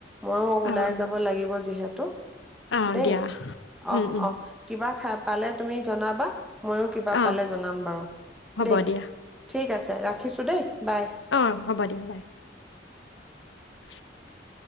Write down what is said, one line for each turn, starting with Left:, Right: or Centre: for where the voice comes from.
Centre: মইো ওলাই
Left: অ অ
Centre: যাব লাগিব যিহেতু ত।
Left: অ
Centre: দেই
Left: দিয়া
Centre: অঁ',
Left: উম উম
Centre: অঁ', কিবা খাব পালে তুমি জনাবা। ময়ো কিবা
Left: অ
Centre: পালে জনাম বাৰু
Left: হ'ব
Centre: দেই
Left: দিয়া
Centre: ঠিক আছে ৰাখিছোঁ দেই বাই।
Left: অ হ'ব দিয়া বাই <unintelligible>